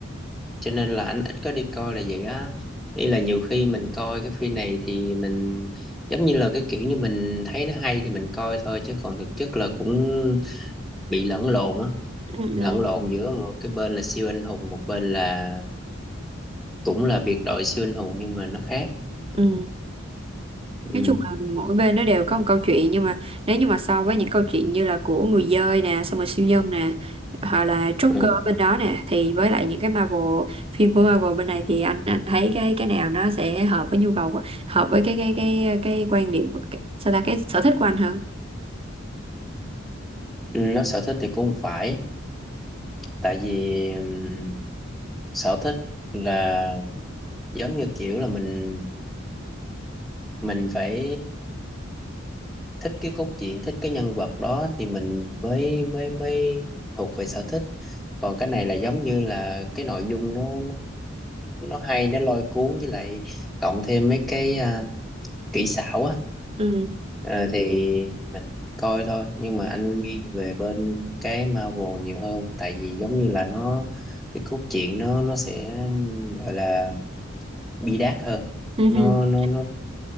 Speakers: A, in the centre; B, on the right.
A: cho nên là anh ít có đi coi là vậy á ý là nhiều khi mình coi cái phim này thì mình giống như là cái kiểu như mình thấy nó hay thì mình coi thôi chứ còn thực chất là cũng bị lẫn lộn á
B: ừ. ừ.
A: lẫn lộn giữa một cái bên là siêu anh hùng một bên là cũng là biệt đội siêu anh hùng nhưng mà nó khác
B: Ừ.
A: ừ.
B: Nói chung là mỗi bên nó đều có một câu chuyện nhưng mà nếu như mà so với những câu chuyện như là của người dơi nè, xong rồi siêu nhân nè, hoặc là Joker
A: Ừ.
B: bên đó nè thì với lại những cái Marvel phim của Marvel bên này thì anh anh thấy cái cái nào nó sẽ hợp với nhu cầu của- hợp với cái cái cái cái quan điểm của- cái, sao ta cái sở thích của anh hơn.
A: nó sở thích thì cũng không phải tại vì ừm, sở thích là giống như kiểu là mình mình phải thích cái cốt truyện thích cái nhân vật đó thì mình mới mới mới thuộc về sở thích còn cái này là giống như là cái nội dung nó nó, nó hay nó lôi cuốn với lại cộng thêm mấy cái à, kỹ xảo á
B: Ừ.
A: Ờ, thì mình coi thôi nhưng mà anh nghiêng về bên cái Marvel nhiều hơn tại vì giống như là nó cái cốt truyện nó nó sẽ gọi là bi đát hơn
B: Ừ.
A: nó
B: hừ.
A: nó nó